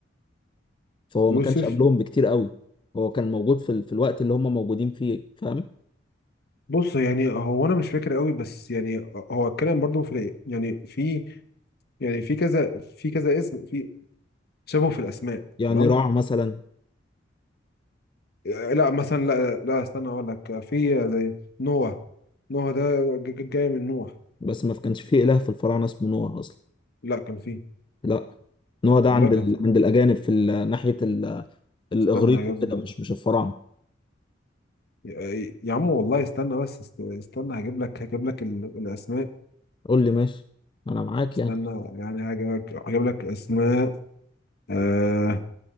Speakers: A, on the left; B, on the left.
A: فهو
B: يوسف
A: ما كانش قبلهم بكتير قوي هو كان موجود في ال- في الوقت اللي هم موجودين فيه فاهم
B: بص يعني هو أنا مش فاكر قوي بس يعني هو الكلام برضو في يعني في يعني في كذا في كذا اسم في شبه في الأسماء
A: يعني
B: تمام
A: راع مثلا
B: آه، لا مثلا لا لا استنى أقول لك في زي نوح نوح ده ج- ج- جاي من نوح
A: بس ما كانش فيه اله في الفراعنه اسمه نوح اصلا
B: لا كان فيه
A: لا نوح ده
B: والله
A: عند
B: كان
A: ال...
B: فيه
A: عند الاجانب في ال... ناحيه ال... الاغريق
B: استنى يا
A: وكده
B: ابني
A: مش مش الفراعنه
B: يا يا عم والله استنى بس است- استنى هجيب لك هجيب لك ال- الأسماء
A: قول لي ماشي انا معاك
B: استنى
A: يعني
B: يعني هجيب لك هجيب لك اسماء آه